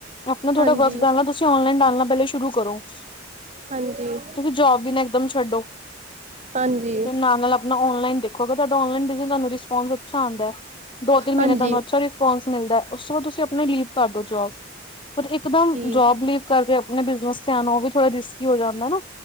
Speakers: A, on the left; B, on the right.
A: ਆਪਣਾ ਥੋੜਡਾ
B: ਹਾਂਜੀ
A: ਬਸ ਡਾਲਣਾ ਤੁਸੀਂ ਓਨਲਾਈਨ ਡਾਲਣਾ ਪਹਿਲੇ ਸ਼ੁਰੂ ਕਰੋ
B: ਹਾਂਜੀ
A: ਤੁਂ ਜੋਬ ਵੀ ਨਾ ਇਕਦਮ ਛੱਡੋ
B: ਹਾਂਜੀ
A: ਫ ਨਾਲ ਨਾਲ ਆਪਣਾ ਪਹਿਲਾ ਆਨਲਾਈਨ ਦੇਖੋ ਅਗਰ ਤੁਹਾਡਾ ਰਿਸਪਾਂਸ ਅੱਛਾ ਆਉਂਦਾ ਦੋ ਤਿੰਨ ਮਹੀਨੇ
B: ਹਾਂਜੀ
A: ਆਨਲਾਈਨ ਦੇਖ ਰਿਸਪਾਂਸ ਮਿਲਦਾ ਉਸ ਤੋਂ ਬਾਅਦ ਤੁਸੀਂ ਆਪਣੇ ਲੀਵ ਕਰਦੋ ਜੋਬ ਪਰ ਇੱਕਦਮ
B: ਠੀਕ
A: ਜੋਬ ਲੀਵ ਕਰਕੇ ਆਪਣੇ ਬਿਜ਼ਨਸ ਵੱਲ ਵੀ ਧਿਆਨ ਦਿਓ ਉਹ ਵੀ ਥੋੜਾ ਰਿਸਕੀ ਹੋ ਜਾਂਦਾ ਨਾ